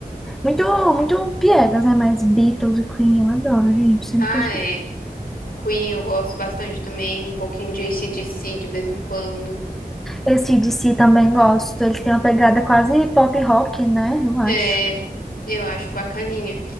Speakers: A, in the centre; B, on the left.
A: muito, muito piegas, né? Mas Beatles e Queen eu adoro, gente, sempre
B: Ah,
A: escuto.
B: é. Queen eu gosto bastante também, um pouquinho de C D C de vez em quando.
A: Esse AC/DC também gosto, eles têm uma pegada quase pop rock, né? Eu acho.
B: É, eu acho bacaninha.